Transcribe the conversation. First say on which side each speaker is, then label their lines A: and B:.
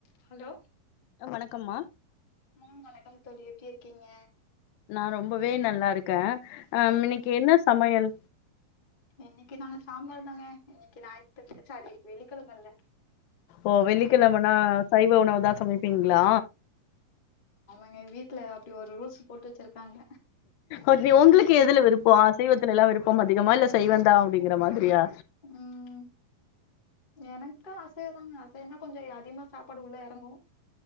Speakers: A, on the left (about 30°); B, on the left (about 80°).
A: ஹலோ
B: ஆ வணக்கம்மா
A: ம் வணக்கம் தோழி எப்டி இருக்கீங்க
B: நா ரொம்பவே நல்லா இருக்க ஆம் இன்னைக்கு என்ன சமையல்
A: இன்னிக்கி நாங்க சாம்பார் தாங்க இன்னிக்கி ஞாயித்து சாரி வெள்ளிக்கெழமல
B: ஓ வெள்ளிக்கெழமனா சைவ உணவு தா சமைப்பீங்ளா
A: எங்க வீட்ல அப்டி ஒரு ரூல்ஸ்ஸு போட்டு வெச்சுருக்காங்க
B: ஒசி உங்களுக்கு எதுல விருப்போ அசைவத்துலெல்லா விருப்பம் அதிகமா இல்லஸ் தெய்வந்தா அப்டிங்கற மாதிரியா
A: ம் எனக்கு அசைவோங்க அசைவோன்னா கொஞ்சோ அதிகமா சாப்பாடு உள்ள எறங்கு